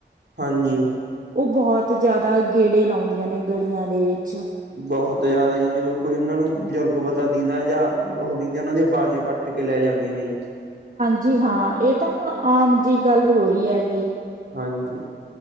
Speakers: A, on the right; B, on the right.
A: ਹਾਂਜੀ
B: ਉਹ ਬਹੁਤ ਜਿਆਦਾ ਗੇੜੇ ਲਾਉਂਦੀਆਂ ਨੇ ਗਲੀਆਂ ਦੇ ਵਿੱਚ
A: ਬਹੁਤ ਤ ਯਦ ਆਈ ਜਦੋਂ ਕੋਈ ਉਹਨਾਂ ਨੂੰ ਬਜ਼ੁਰਗ ਬੰਦਾ ਦੇਦਾ ਜਾਂ ਉਹ ਦਿੰਦੀ ਉਹਨਾਂ ਦੀਆਂ ਬਾਲੀਆਂ ਪੱਟ ਕੇ ਲੈ ਜਾਂਦੀਆਂ ਨੇ ਜੀ
B: ਜੀ ਹਾਂ ਇਹ ਤਾਂ ਹੁਣ ਆਮ ਜਿਹੀ ਗੱਲ ਹੋ ਰਹੀ ਹੈਗੀ
A: ਹਾਂਜੀ